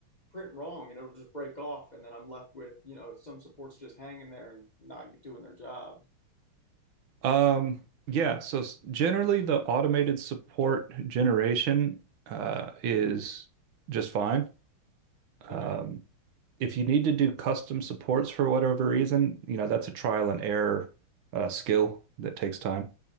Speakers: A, on the left; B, on the right.
A: print wrong and it'll just break off and then I'm left with, you know, some supports just hanging there and not doing their job.
B: Um, yeah, so s- generally the automated support generation uh is just fine. Um,
A: Okay.
B: if you need to do custom supports for whatever reason, you know, that's a trial and error uh, skill that takes time.